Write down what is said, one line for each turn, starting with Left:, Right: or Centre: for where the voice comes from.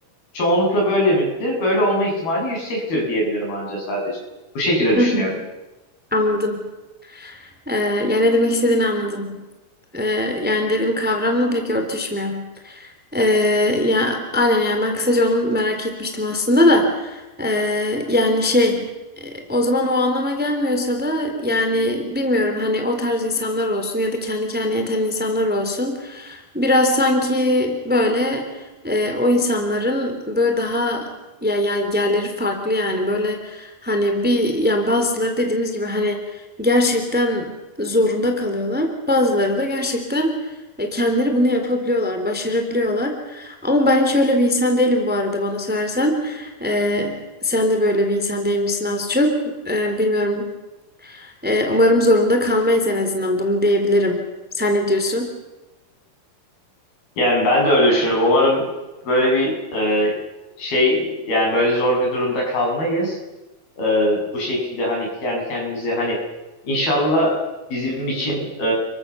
Left: çoğunlukla böyle midir? Böyle olma ihtimali yüksektir diyebilirim anca sadece. Bu şekilde düşünüyorum.
Centre: Hı hı. Anladım. Ee, yani ne demek istediğini anladım. Ee, yani dediğim kavramla pek örtüşmüyor. Ee, ya aynen yani ben kısaca onu merak etmiştim aslında da Ee, yani şey e, o zaman o anlama gelmiyorsa da yani bilmiyorum hani o tarz insanlar olsun ya da kendi kendine yeten insanlar olsun biraz sanki böyle e, o insanların böyle daha ya, ya yerleri farklı yani böyle hani bir yani bazıları dediğimiz gibi hani gerçekten zorunda kalıyorlar bazıları da gerçekten e, Kendileri bunu yapabiliyorlar, başarabiliyorlar. Ama ben şöyle bir insan değilim bu arada bana sorarsan. E, sen de böyle bir insan değil misin az çok? E, bilmiyorum. E, umarım zorunda kalmayız en azından bunu diyebilirim. Sen ne diyorsun?
Left: Yani ben de öyle düşünüyorum. Umarım böyle bir e, şey yani böyle zor bir durumda kalmayız. E, bu şekilde hani kendi kendimize hani inşallah bizim için e,